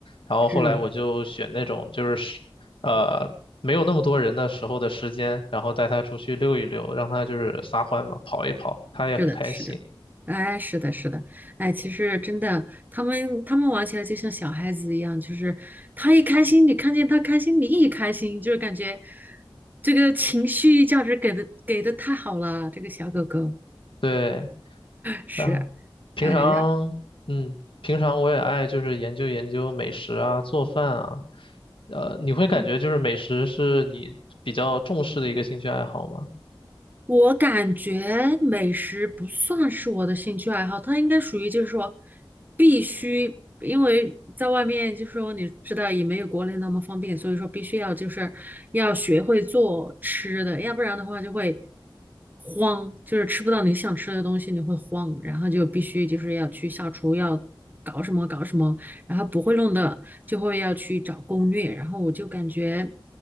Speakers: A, on the left; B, on the right.
A: 然后后来我就选那种就是时呃没有那么多人的时候的时间，
B: 是
A: 然后带它出去溜一溜，让它就是撒欢嘛，跑一跑，它也很开心。
B: 是的，是的，哎，是的，是的，哎，其实真的，他们他们玩起来就像小孩子一样，就是他一开心，你看见他开心，你也开心，就是感觉这个情绪价值给的给的太好了，这个小狗狗。
A: 对。
B: 是，
A: 然后。平常，
B: 哎，然
A: 嗯，平常我也爱就是研究研究美食啊，做饭啊。呃，你会感觉就是美食是你比较重视的一个兴趣爱好吗？
B: 嗯，我感觉美食不算是我的兴趣爱好，它应该属于就是说必须，因为在外面就是说你知道也没有国内那么方便，所以说必须要就是要学会做吃的，要不然的话就会慌，就是吃不到你想吃的东西，你会慌，然后就必须就是要去下厨，要搞什么搞什么，然后不会弄的。就会要去找攻略，然后我就感觉